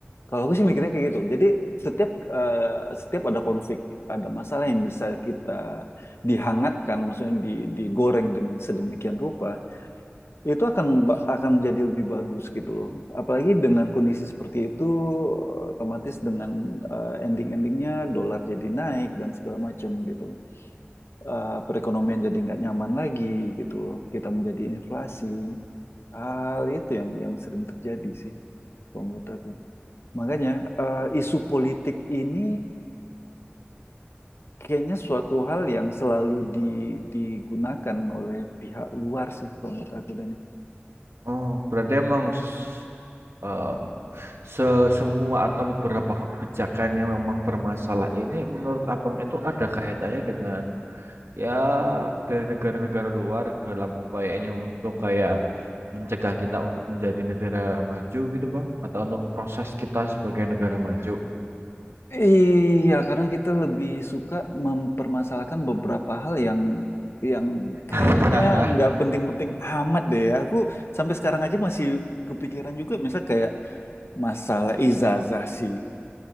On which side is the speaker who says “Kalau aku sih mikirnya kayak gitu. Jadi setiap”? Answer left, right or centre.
Left